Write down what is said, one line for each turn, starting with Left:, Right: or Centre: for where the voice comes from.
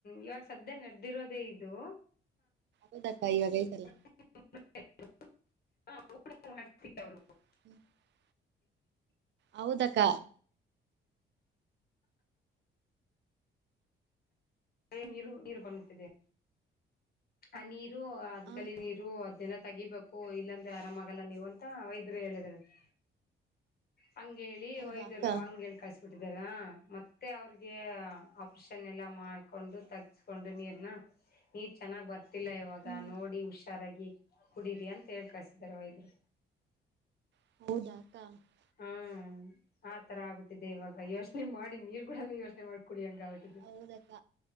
Left: ಇವಾಗ ಸದ್ಯ ನಡ್ದಿರೋದೇ ಇದು
Right: ಹೌದಕ್ಕಾ ಇವಾಗ ಐತಲ್ಲ.
Left: <unintelligible>
Right: <inaudible> ಹೌದಕ್ಕ.
Left: ನೀರು ನೀರು ಬಂದುಬಿಟ್ಟಿದ್ದೆ. ಆ ನೀರು ಅದ್ಕಲ್ಲಿ
Right: ಹಾ ಅಕ್ಕ
Left: ನೀರು ಅದ್ನೆಲ್ಲ ತೆಗಿಬೇಕು. ಓ ಇಲ್ಲಂದ್ರೆ ಆರಾಮ್ ಆಗಲ್ಲ ನೀವ ಅಂತ ವೈದ್ಯರು ಹೇಳಿದ್ರು ಅಂತೆ. ಹಂಗ ಹೇಳಿ
Right: ಹೌದಾ
Left: ವೈದ್ಯರಿ
Right: ಅಕ್ಕ
Left: ಹಂಗ ಹೇಳಿ ಕಳಿಸವ್ರೆ. ಬಿಟ್ಟಿದಾರ ಮತ್ತೆ ಅವ್ರಿಗೆ ಆಪ್ಷನ್ ಎಲ್ಲ ಮಾಡ್ಕೊಂಡು. <unintelligible> ಚೆನ್ನಾಗ್ ಬರ್ತಿಲ್ಲ ಇವಾಗ
Right: ಹ್ಮ್
Left: ನೋಡಿ ಹುಷಾರಾಗಿ ಕುಡೀರಿ ಅಂತ ಹೇಳ್ ಕಳ್ಸಿದಿದ್ದಾರೆ ವೈದ್ರು.
Right: <inaudible>
Left: ಹ್ಮ ಆತರ ಆಗ್ಬಿಟ್ಟಿದೆ ಇವಾಗ ಯೋಚನೆ ಮಾಡಿ ನೀರ್ ಕೂಡ ಯೋಚನೆ ಮಾಡ್ಕ ಕುಡಿ ಹಂಗ ಅವ.
Right: ಹೌದಕ್ಕ